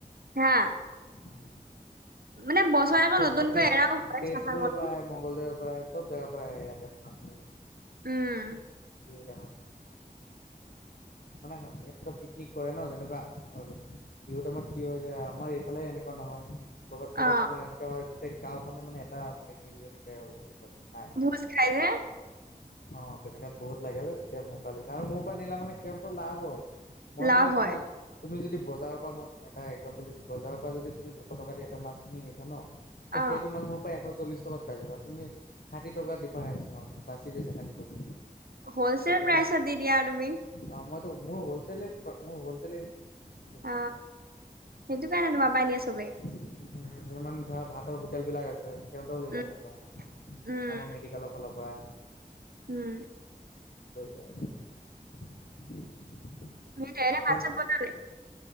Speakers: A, on the right; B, on the left.
A: হা।
B: উম।
A: মানে বছৰত আকৌ
B: তেজপুৰ
A: নতুনকৈ
B: তেজ
A: এৰাও হয়
B: তেজপুৰৰ
A: চাফা কৰিম।
B: পৰা আহে মংগলদৈৰ পৰা আহে চব জেগাৰ পৰাই আহে ইয়াতে মাছ খাবলৈ
A: উম।
B: বিহু টাইমত। মানে ইয়াতো পিকনিক কৰে ন যেনেকুৱা আৰু বিহুৰ টাইমত কি হয় যায় আমাৰ এইফালে এনেকুৱা নহয়। ক'ৰবাত ক'ৰবাত
A: অ
B: তোমাৰ এনেকা হয় গোটেই গাঁওখনে মানে এটা মেজি এনেকে হেৰি কৰে খাই।
A: ভোজ খাই যে।
B: অ তেনেকাত বহুত লাগে যে তেতিয়া মোৰ পৰাই লৈ যায় আৰু মোৰ পৰা নিলে মানে সিহঁতৰ লাভ হয়। মই
A: লাভ
B: মানে
A: হয়
B: তোমাক তুমি যদি বজাৰৰ পৰা মই কিবা এটা একজাম্পুল দিছো বজাৰৰ পৰা যদি তুমি দুশ টকা দি এটা মাছ কিনি নিছা ন ত
A: অ
B: সেইটো মাছ মোৰ এশ চল্লিশ টকাত পাই যাবা, তুমি ষাঠি টকাৰ ডিফাৰেন্ঞ্চ তোমাৰ বাচি গৈছে ষাঠি টকা।
A: হলচেল
B: তেনে
A: প্ৰাইছত দি দিয়া তুমি।
B: অ মইটো মোৰ হলছেলেই মোৰ হলছেলেই। সেইটো
A: অ
B: কাৰণে
A: সেইটো কাৰণে তোমাৰ পৰা নিয়ে চবেই
B: <unintelligible> উম যিমান ধৰা ভাতৰ হোটেল বিলাক আছে সিহঁতেও লৈ
A: উম
B: যায় মোৰ পৰা
A: উম
B: আমাৰ মেডিকেলৰ ফালৰ। বা
A: উম।
B: লৈ যায় আৰু। <inaudible>
A: <unintelligible> ভাত
B: সিহঁত
A: চাত বনালি।